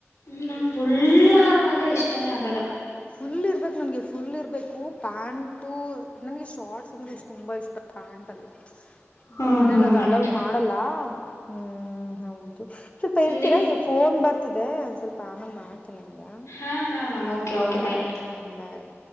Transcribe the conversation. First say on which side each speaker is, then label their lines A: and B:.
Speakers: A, on the left; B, on the left.
A: ಹ ನಂಗೆ ಫುಲ್ ಆರ್ಮ ಅಂದ್ರೆ ಇಷ್ಟನೇ ಆಗಲ್ಲ
B: ಫುಲ್ ಇರ್ಬೇಕು ನನ್ಗೆ ಫುಲ್ ಇರ್ಬೇಕು ಪ್ಯಾಂಟು ನನ್ಗೆ ಶಾರ್ಟಸ್ ಅಂದ್ರೆ ಇಷ್ಟ ತುಂಬಾ ಇಷ್ಟ ಪಾಂಡಲಿ
A: ಹ್ಮ್
B: ನಮ್ಮ ಮನೇಲಿ
A: ಹ್ಮ್
B: ಅದು
A: ಹಂಗೆ
B: ಹಲವು ಮಾಡಲ್ಲ ಹ್ಮ್ ಹೌದು ಸ್ವಲ್ಪ ಇರ್ತೀರಾ
A: ನಿಮ್
B: ಫೋನ್ ಬರ್ತಿದೆ ಒ ಸ್ವಲ್ಪ ಆಮೇಲೆಟ್ ಮಾಡ್ತೀನಿ ನಿಮಗೆ
A: ಹಾ ಹಾ ಮಾಮ ಓಕೆ ಓಕೆ ಬಾಯ
B: ಹ್ಮ್ ಬಾಯ್